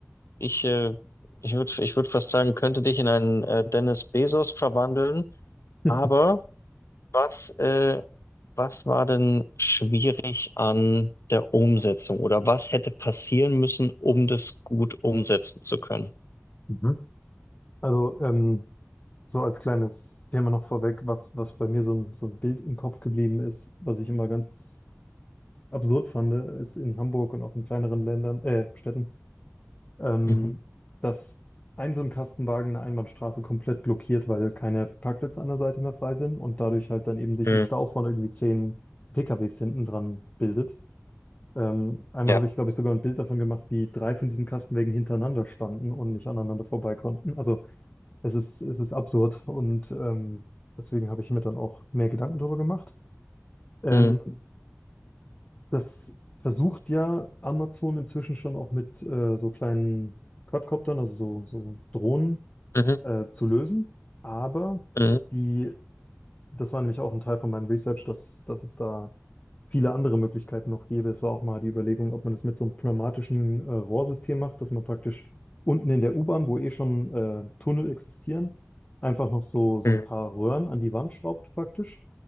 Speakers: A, on the left; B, on the left.
A: Ich, äh, ich würde ich würd fast sagen, könnte dich in einen äh, Dennis Bezos verwandeln,
B: <laughs>
A: aber. Was, äh, was war denn schwierig an der Umsetzung oder was hätte passieren müssen, um das gut umsetzen zu können?
B: Mhm. Also, ähm, so als kleines Thema noch vorweg, was, was bei mir so ein, so ein Bild im Kopf geblieben ist, was ich immer ganz absurd fand, ist in Hamburg und auch in kleineren Ländern, äh, Städten, ähm,
A: Mhm.
B: dass ein so ein Kastenwagen eine Einbahnstraße komplett blockiert, weil keine Parkplätze an der Seite mehr frei sind und dadurch halt dann eben sich
A: Mhm.
B: ein Stau von irgendwie zehn PKWs hinten dran bildet. Ähm, einmal
A: Ja.
B: habe ich, glaube ich, sogar ein Bild davon gemacht, wie drei von diesen Kastenwagen hintereinander standen und nicht aneinander vorbei konnten. Also es ist, es ist absurd und ähm, deswegen habe ich mir dann auch mehr Gedanken darüber gemacht. Ähm,
A: Mhm.
B: das versucht ja Amazon inzwischen schon auch mit äh, so kleinen Quadcoptern, also so, so Drohnen,
A: Mhm.
B: äh, zu lösen. Aber
A: Mhm.
B: die, das war nämlich auch ein Teil von meinem Research, dass, dass es da viele andere Möglichkeiten noch gäbe. Es war auch mal die Überlegung, ob man das mit so einem pneumatischen äh, Rohrsystem macht, dass man praktisch unten in der U-Bahn, wo eh schon äh, Tunnel existieren, einfach noch so, so
A: Mhm.
B: ein paar Röhren an die Wand schraubt praktisch,